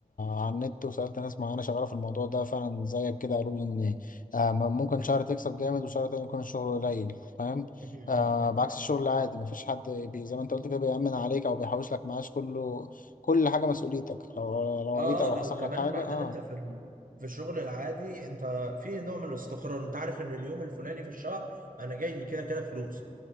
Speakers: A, on the left (about 75°); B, on the right (about 75°).
A: على النت وسالت ناس معينه شغاله في الموضوع ده فعلا زيك كده قالوا لي ان آه، م- ممكن شهر تكسب جامد وشهر تاني يكون الشغل قليل فاهم
B: م-
A: آه بعكس
B: م.
A: الشغل العادي مفيش حد بي زي ما انت قلت كده بيأمن عليك او بيحوش لك معاش كله كل حاجه مسؤوليتك لو لو وعيت
B: اه
A: او
B: اه لا
A: حصل
B: وكمان
A: لك حاجه
B: بعدين
A: اه
B: انت في ال... في الشغل العادي انت في نوع من الاستقرار انت عارف ان اليوم الفلاني في الشهر انا جاي لي كده كده فلوس